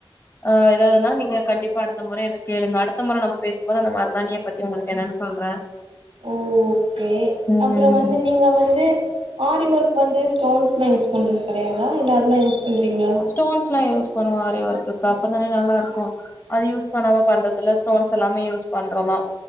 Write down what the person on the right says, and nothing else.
ஓ கே
அப்பறோ வந்து நீங்க வந்து ஆரி ஒர்க் வந்து ஸ்டோன்ஸ்லா யூஸ் பண்றது கெடையாதா இல்ல அதெல்லா யூஸ் பண்றீங்களா